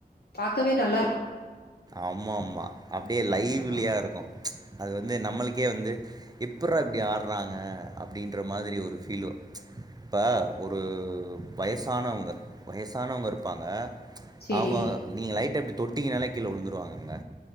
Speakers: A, on the left (about 80°); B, on the right (about 25°).
A: பாக்கவே நல்
B: ஆமா ஆமா அப்டியே லைவ்லியா
A: ம்.
B: இருக்கூ அது வந்து நம்மளுக்கே வந்து எப்புறா இப்டி ஆர் றாங்க அப்டின்ற மாரி ஒரு ஃபீல் வரு இப்ப ஒரு வயசானவுங்க வயசானவுங்க இருப்பாங்க
A: சரி.
B: அவுங்க நீங்க லைட்டா இப்டி தொட்டிங்கனாலே கீழ உழுந்துருவாங்கங்க